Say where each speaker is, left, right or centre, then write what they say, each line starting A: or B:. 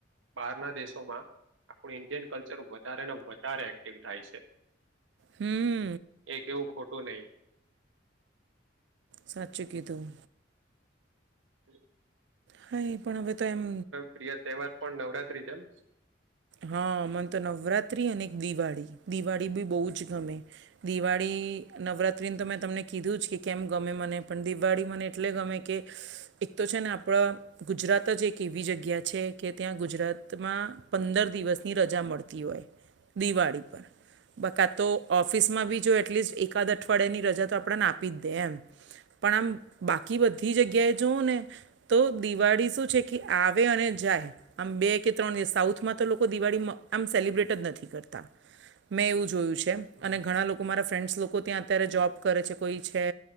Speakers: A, on the right; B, on the right.
A: બહારના દેશોમાં આપણું ઈન્ડિયન કલ્ચર વધારે ને વધારે એક્ટિવ થાય છે
B: હમ
A: એક એવું ખોટું નહીિ
B: સાચચી કીતોું
A: હમ
B: હા એ પણ હવે તો એમ
A: પ્રિય તહેવાર પણ નવરાત્રી જે એમ
B: હા મમને તો નવરાત્ર્રી અને દિવાળી દિવાળી બી બહુ જ ગમે દિવાળી નવરાત્રિને તો મેં તમને કીધું જ કે કેમ ગમે મને પણ દિવાળી મને એટલે ગમે કે એક તો છે ને આપણા ગુજરાત જ એક એવી જગ્યા છે કે ત્યાં ગુજરાતમા પંદર દિવસની રજા મળતી હોય દિવાળી પર બકા તો ઓફિસમાં બી જો એટલીસ્ટ એકાદ અઠવાડિયાની રજા તો આપણને આપી જ દે એમ પણ આમ બાકી બધી જગ્યાએ જવઓ ને તો દિવાળી શું છે કે આવે અને જાય આમ બે કે ત્રણ દિવસ સાઉથ તો દિવાળી આમ સેલિબ્રેટ જ નથી કરતા મેં એવું જોયું છે,
A: હમ
B: અને ઘણા લોકો મારા ફ્રેન્ડ્સ લોકો ત્યાં અત્યારે જોબ કરે છે કોઈ છે.